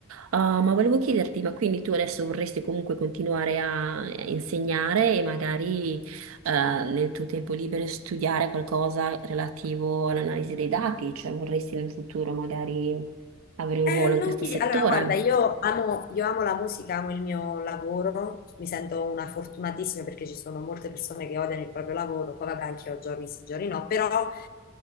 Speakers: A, on the right; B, on the left.
A: Ah, ma volevo chiederti, ma quindi tu adesso vorresti comunque continuare a a insegnare e magari eh, nel tuo tempo libero studiare qualcosa relativo all'analisi dei dati, cioè vorresti nel futuro magari avere un
B: Eh,
A: ruolo in
B: non
A: questo
B: mi...
A: settore?
B: Allora, guarda, io amo, io amo la musica, amo il mio lavoro, mi sento una fortunatissima perché ci sono molte persone che odiano il proprio lavoro, poi vabbè, anche io giorni sì, giorni no, però